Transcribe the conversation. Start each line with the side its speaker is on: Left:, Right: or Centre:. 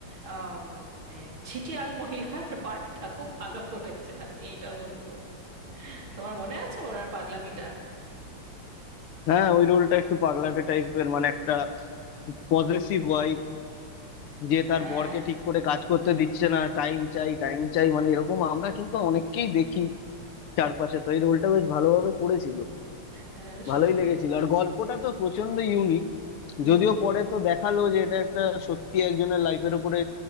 Right: আম, মানে ছিটিয়াল মহিলার পার্টটা খুব ভালো করেছে আমি এটা বলবো তোমার মনে আছে ওনার পাগলামিটা
Left: হ্যাঁ ওই রোলটা একটু পাগলাটে টাইপের মানে একটা পজেসিভ ওয়াইফ যে তার
Right: হ্যাঁ
Left: বরকে ঠিক করে কাজ করতে দিচ্ছে না টাইম চাই টাইম চাই মানে এরকম আমরা কিন্তু অনেককেই দেখি চারপাশে তো এই রোলটা বেশ ভালোভাবে করেছিল
Right: হ্যাঁ
Left: ভালোই
Right: সত্যি
Left: লেগেছিল আর গল্পটা তো প্রচন্ড ইউনিক
Right: হুম
Left: যদিও পরে তো দেখালো যে এটা একটা সত্যি একজনের লাইফের উপরে